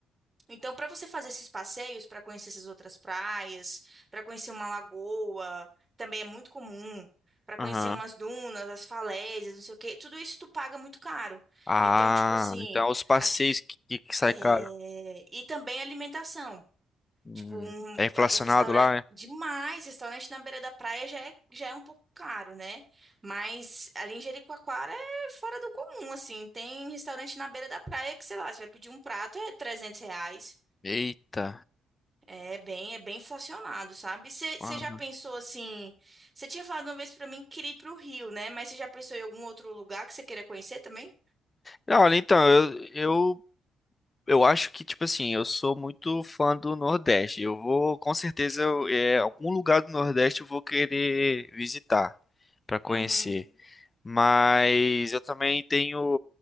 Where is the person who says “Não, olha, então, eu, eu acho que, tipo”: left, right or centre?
Left